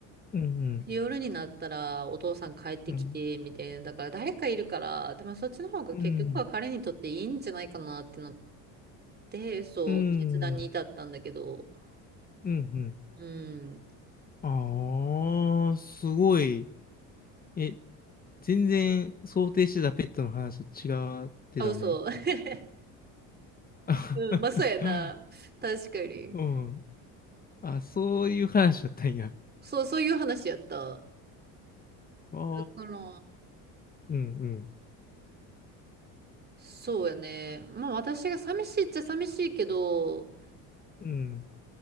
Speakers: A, on the left (about 25°); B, on the right (about 30°).
A: うん、うん、
B: で夜になったらお父さん帰ってきて、
A: うん、
B: みたいな。だから誰かいるから、多分そっちの方が結局は彼にとっていいんじゃないかなってなっ
A: うん、
B: て、そう、
A: うん、う
B: 決断に至ったんだけど。
A: ん、うん、うん、
B: うん。
A: ああ、すごい。え、全然想定してたペットの話と違ってたね。
B: あ、嘘。<laughs>
A: <laughs>
B: うん、まあ、そうやな。確かに。
A: うん。あ、そういう話だったんや。
B: そう、そういう話やった。
A: ああ、
B: だから、
A: うんうん。
B: そうやね。まあ、私が寂しいっちゃ寂しいけど、
A: うん。